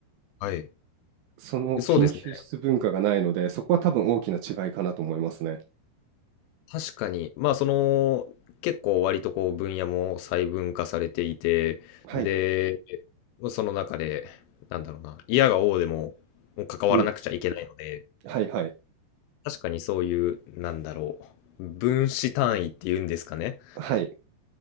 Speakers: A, on the left; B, on the right.
A: はい。
B: その研究室文化がないのでそこは多分大きな違いかなと思いますね。
A: そうですね。確かに、まあその結構割とこう分野も細分化されていて、
B: はい。
A: で、その中で、なんだろうな、嫌が応でも、もう関わらなくちゃいけないので、
B: うん。はいはい。
A: 確かにそういう、なんだろう、分子単位っていうんですかね。
B: はい。